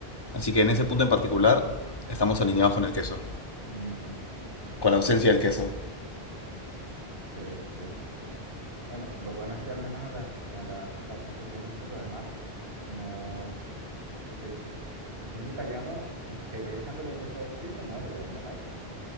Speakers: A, on the left; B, on the right.
A: Así que en ese punto en particular estamos alineados con el queso,
B: Mm,
A: con la ausencia del queso.
B: sí, sí. Bueno, lo bueno es que al menos a las, a las pastas que tienen frutos de mar, no... eh, un italiano te ve echándole queso a eso y se muere, le da un ataque.